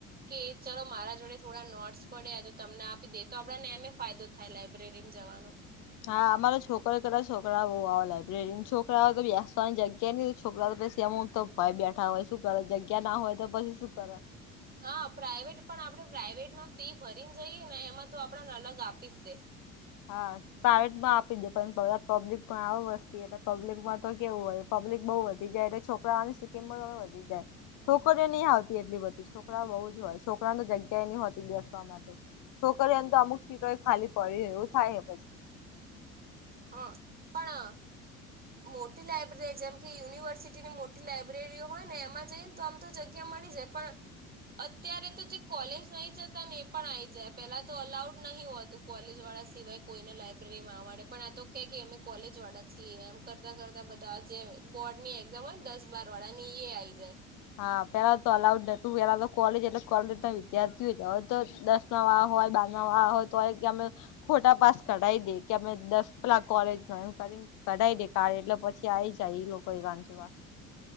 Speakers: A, on the right; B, on the left.
A: કે ચલો, મારા જોડે થોડા નોટસ પડ્યા તો તમને આપી દે તો. આપડા ને એમે ફાયદો થાય લાયબ્રેરીને જવાનો.
B: હા, અમારા છોકરો કરેલા છોકરાઓ લાયબ્રેરી છોકરાઓ તો વ્યાસવાની જગ્યા ન, તો છોકરા તો પછી એમ તો ભાઈ બેઠા હોય, શું કરે? જગ્યા ના હોય તો પછી શું કરે?
A: હા, પ્રાઈવેટ પણ આપડે પ્રાાઈવેટમાં ફી ભરીને જઈએ ને, એમાં તો આપડને અલગ આપી જ દે.
B: હા, પ્રાઇવેટ માં આપી દે, પણ પબ્લિક તો આવું વસ્તી એટલે પબ્લિકમાં તો કેવું હોય? પબ્લિક બહુ વધી જાય એટલે છોકરાઓની સિકકીમ વધી જાય. છોકરીઓ ની આવતી એટલી બધી, છોકરાઓ બઉ જ હોય. છોકરાને જગ્યાએ નહીં હોતી બેસવા માટે. છોકરીઓ એમ તો, અમુક સીટો ખાલી પડી હોય એવું થાય પછી.
A: હ, પણ મોટી લાયબ્રેરી, જેમ કે યુનિવર્સિટીની મોટી લાયબ્રેરીઓ હોય ને, એમાં જઈને તો આમ તો જગ્યા મળી જાય, પણ અત્યારે તો જે કોલેજ નહીં જતા ને, એ પણ આઈ જાય. પેલા તો અલાઉડ નહીં હોતું. કોલેજ વાળા સિવાય કોઈને લાયબ્રેરીમાં આવવાની. પણ આ તો કે, અમે કોલેજ વાળા છીએ એમ કરતા કરતા બધા જે બોર્ડની ને દસ-બાર વાડા ને, એ આ આવી જાય.
B: હા, પેલા તો અલાઉડ નતું. પેલા તો કોલેજ એટલે કોલે વિદ્યાર્થીઓ જાય, તો દસ વા હોય બાર ના, વા હોય તો કેમે? ખોટા પાસ કઢાઈ દે કે અમે દસ પેલા કોલેજમાં એમ કરીને કઢાવી દે કાળે એટલે પછી આઈ જાય ઈ લોકો એવા જોવા